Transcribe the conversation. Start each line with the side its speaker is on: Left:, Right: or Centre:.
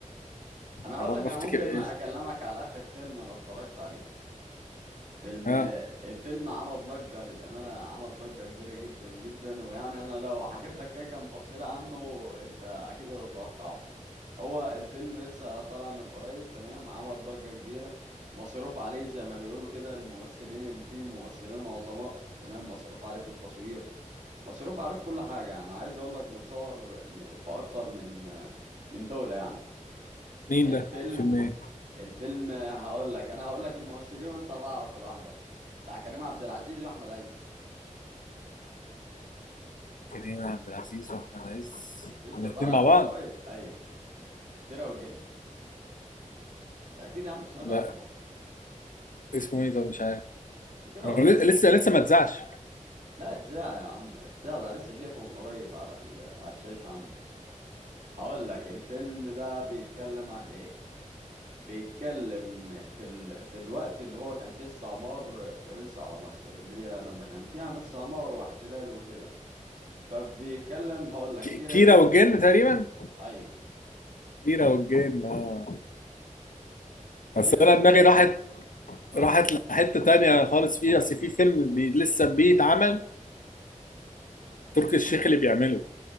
Right: انا اقول
Left: يا رب
Right: لك انا
Left: افتكر
Right: ممكن
Left: ايه
Right: اكلمك على اخر فيلم انا اتفرجت عليه فيلم
Left: اه
Right: الفيلم عمل ضجة للأمانة عمل ضجة كبيرة جدا جدا ويعني أنا لو حكيت لك كده كام تفصيلة عنه أنت أكيد هتتوقعه هو الفيلم لسه طالع من قريب تمام عمل ضجة كبيرة مصروف عليه زي ما بيقولوا كده الممثلين اللي فيه ممثلين عظماء تمام مصروف عليه في التصوير مصروف عليه في كل حاجة يعني عايز أقول لك متصور م- في أكتر من من دولة يعني
Left: مين
Right: الفيلم
Left: ده فيلم ايه
Right: الفيلم هقول لك انا هقول لك الممثلين وانت هتعرف لوحدك بتاع كريم عبد العزيز واحمد عز
Left: كريم عبد العزيز واحمد عز
Right: لسه
Left: الاثنين
Right: طالع
Left: مع
Right: من
Left: بعض
Right: قريب ايوه كيرة والجن انت اكيد يا عم سمعت
Left: لا
Right: عنه
Left: اسمه ايه ده مش عارف
Right: اسمه كيرة
Left: هو
Right: والجن
Left: لسه لسه لسه ما اتذاعش
Right: لا اتذاع يا عم اتذاع ده لسه شايفه من قريب على ال... على الشاشة عندي هقول لك الفيلم ده بيتكلم عن ايه بيتكلم في ال... في الوقت اللي هو كان فيه استعمار فرنسي على مصر اللي هي لما كان فيها ناس استعمار واحتلال وكده فبيتكلم هقول لك
Left: ك-
Right: كيرة
Left: كيرة
Right: دي ده
Left: والجن تقريبا
Right: ايوه
Left: كيرة والجن آه.
Right: كيرا
Left: بس انا
Right: دي
Left: دماغي
Right: ده
Left: راحت
Right: كان اه
Left: راحت لحتة تانية خالص فيه اصل في فيلم بي لسه بيتعمل تركي الشيخ اللي بيعمله